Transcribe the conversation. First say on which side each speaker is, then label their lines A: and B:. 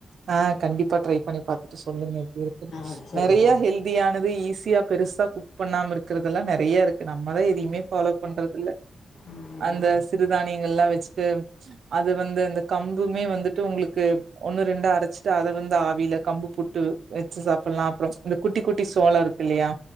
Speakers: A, on the right (about 75°); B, on the left (about 80°).
A: ஆ கண்டிப்பா ட்ரை பண்ணி பாத்துட்டு சொல்லுங்க எப்டி இருக்குன்
B: ஆ சேரிங்க
A: நெறைய ஹெல் த்தியானது ஈஸியா பெருசா குக் பண்ணாம இருக்குறதெல்லா கல் நெறைய இருக் கு நம்மதா எதையுமே ஃபாலோ பண்றதில்ல
B: ம்
A: அந்த சிறுதானியங்கள்லா வச்சுட்டு அது வந்து அந்த கம்புமே வந்துட்டு உங்ளுக்கு ரெண்டோ அரச்சிட்டு அத வந்து ஆவில கம்பு புட்டு வெச்சி சாப்புட்லா அப்றோ இந்த குட்டி குட்டி சோளோ இருக்கு இல்லையா